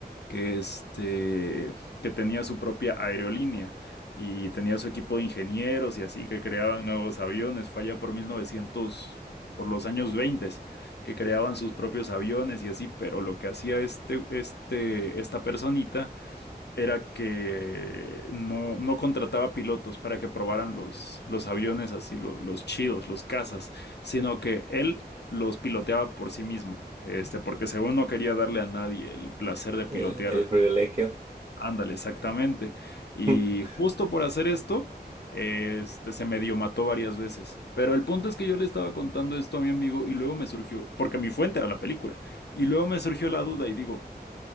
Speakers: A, on the left; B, on the right.
A: que, este, que tenía su propia aerolínea y tenía su equipo de ingenieros y así que creaban nuevos aviones. Fue allá por 1900, por los años 20, que creaban sus propios aviones y así, pero lo que hacía este, este, esta personita era que no, no contrataba pilotos para que probaran los, los aviones así, lo- los, chidos, los cazas, sino que él los piloteaba por sí mismo, este, porque según no quería darle a nadie el placer de pilotear.
B: El, el privilegio.
A: Ándale, exactamente. Y
B: <laughs>
A: justo por hacer esto, este, se medio mató varias veces. Pero el punto es que yo le estaba contando esto a mi amigo y luego me surgió, porque mi fuente era la película, y luego me surgió la duda y digo,